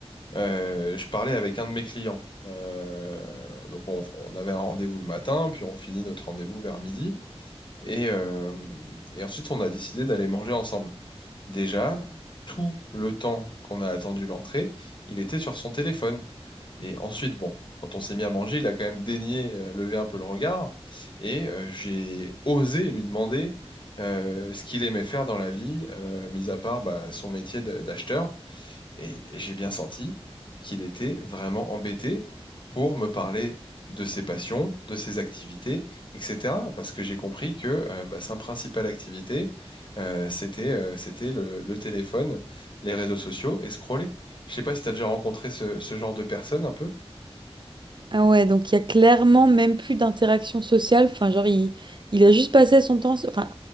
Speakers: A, on the left (about 50°); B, on the right (about 45°).
A: euh, je parlais avec un de mes clients. Euh, donc on, on avait un rendez-vous le matin, puis on finit notre rendez-vous vers midi. Et, euh, et ensuite, on a décidé d'aller manger ensemble. Déjà, tout le temps qu'on a attendu l'entrée, il était sur son téléphone. Et ensuite, bon, quand on s'est mis à manger, il a quand même daigné euh, lever un peu le regard. Et euh, j'ai osé lui demander euh, ce qu'il aimait faire dans la vie, euh, mis à part bah, son métier de- d'acheteur. Et j'ai bien senti qu'il était vraiment embêté pour me parler de ses passions, de ses activités, etc. Parce que j'ai compris que euh, bah, sa principale activité, euh, c'était euh, c'était le, le téléphone, les réseaux sociaux et scroller. Je sais pas si tu as déjà rencontré ce, ce genre de personne un peu.
B: Ah ouais, donc il y a clairement même plus d'interaction sociale. Enfin, genre, il, il a juste passé son temps. Enfin,